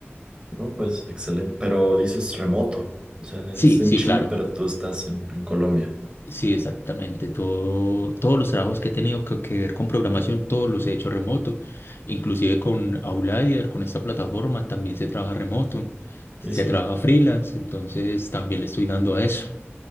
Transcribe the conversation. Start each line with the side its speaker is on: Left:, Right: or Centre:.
Right: No, pues excelente. Pero dices remoto. O sea,
Left: Sí,
Right: es en
Left: sí,
Right: Chile,
Left: claro.
Right: pero tú estás en, en Colombia.
Left: Sí, exactamente. Todo, todos los trabajos que he tenido que, que ver con programación, todos los he hecho remoto. Inclusive con Outlier, con esta plataforma, también se trabaja remoto. Se
Right: Sí, sí.
Left: trabaja freelance, entonces también le estoy dando a eso.